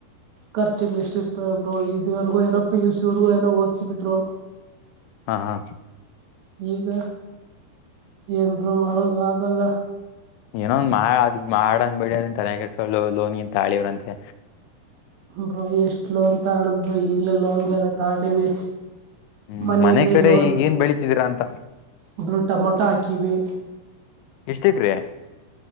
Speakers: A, on the right (about 70°); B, on the left (about 90°).
A: ಕರ್ಚ. ಎಷ್ಟ ಇರ್ತಬ್ರು ಇದವರ್ಗೂ ಏನ ಪಿ ಯು ಸಿವರ್ಗ ಏನೋ ಓದಸಿಬಿಟ್ರು
B: ಹಾ ಹಾ
A: ಈಗ ಏನ್ರೋ ಬರೋದು ಆಗಲ್ಲ
B: ಏನೊಂದ ಮಾಡ ಅದ ಮಾಡಂದ್ ಬಿಡಿ ಅದನ್ ತಲೆ ಕೆಸು ಲೋನ್ ತಾಳಿವ್ರಂತೆ
A: ಬ್ರ ಎಷ್ಟ ಲೋನ್ ತ ಆಡುದ್ ಬ್ರ ಇಲ್ಲ ಲೋನ್ ಎಲ್ಲ ತಗೊಂಡೀವಿ
B: ಹ್ಮ್
A: ಮನೆಗೆಲ್ಲೋರ್
B: ಮನೆ ಕಡೆ ಈಗೇನ್ ಬೆಳಿತಿದೀರಾ ಅಂತ
A: ಬ್ರೂ ಟಮೊಟಾ ಹಾಕಿವೆ
B: ಎಷ್ಟ ಎಕರೆ